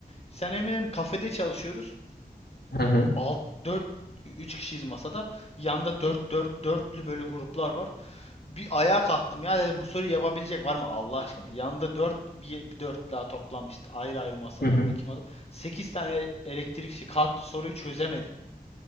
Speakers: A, on the left (about 40°); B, on the left (about 85°).
A: Sen eminim kafede çalışıyoruz.
B: Hı hı.
A: 6 4 3 kişiyiz masada. Yanda 4 4 dörtlü böyle gruplar var. Bir ayağa kalktım ya dedim bu soruyu yapabilecek var mı Allah aşkına? Yanda 4 bir, bir dörtlü daha toplanmıştı. Ayrı ayrı masalarda
B: Hı hı.
A: iki masa. 8 tane elektrikçi kalktı soruyu çözemedi